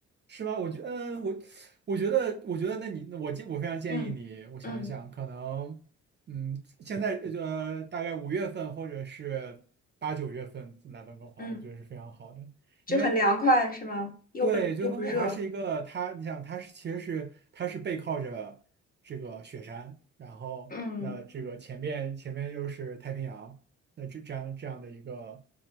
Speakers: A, on the right; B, on the left.
A: 是吗？我觉，嗯，我我觉得，我觉得，那你，那我建，我非常建议你，
B: 嗯嗯
A: 我想一想，可能，嗯，现在呃，大概五月份或者是八九月份来温哥华，
B: 嗯，
A: 我觉得是非常好的，
B: 就很凉快是吗？
A: 因为。
B: 又不又不热。
A: 对，就温哥华是一个，它，你想，它是其实是它是背靠着这个雪山，然后那这个前面前面又是太平洋，
B: 嗯
A: 那这这样这样的一个